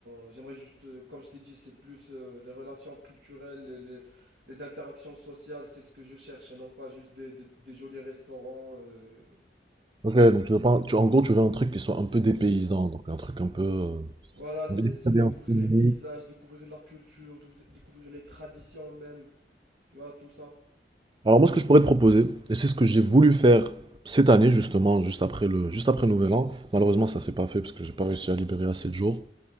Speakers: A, on the right (about 65°); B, on the right (about 25°).
A: on- j'aimerais juste, euh, comme je t'ai dit, c'est plus euh, les relations culturelles, les, les- les interactions sociales, c'est ce que je cherche, et non pas juste des, des- des jolis restaurants. euh.
B: Ok, donc tu veux pas, tu, en gros, tu veux un truc qui soit un peu dépaysant, donc un truc un peu. euh,
A: Voilà, c'est
B: On va dire que
A: c'est
B: ça vient
A: découvrir
B: un peu unique.
A: les paysages, découvrir la culture, découvrir découvrir les traditions même, tu vois, tout ça.
B: Alors moi, ce que je pourrais te proposer, et c'est ce que j'ai voulu faire cette année justement, juste après le, juste après le Nouvel An. Malheureusement, ça s'est pas fait parce que j'ai pas réussi à libérer assez de jours.